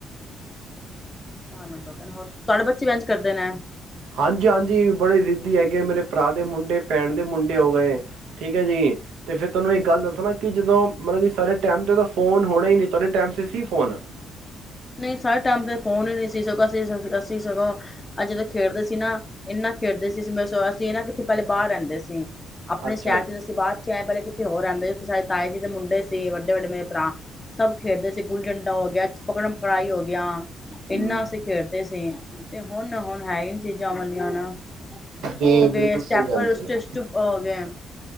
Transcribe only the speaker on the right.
ਹਾਂਜੀ -ਹਾਂਜੀ ਬੜੇ ਜਿਧੀ ਹੈਗੇ। ਮੇਰੇ ਭਰਾ ਦੇ ਮੁੰਡੇ, ਭੈਣ ਦੇ ਮੁੰਡੇ ਹੋ ਗਏ ਠੀਕ ਐ ਜੀ ਤੇ ਫੇਰ ਤੋਨੂੰ ਇੱਕ ਗੱਲ ਦੱਸਣਾ ਕਿ ਜਦੋਂ ਮਲਕ ਕਿ ਸਾਡੇ ਟੈਮ ਤੇ ਤਾਂ ਫੋਨ ਹੋਣੇ ਈ ਨੀ। ਤੁਹਾਡੇ ਟੈਮ ਤੇ ਸੀ ਫੋਨ?
ਅੱਛਾ
ਹੂੰ
ਜੀ
ਬਿਲਕੁਲ
ਸਹੀ ਕਹਿੰਦੇ
ਹੋ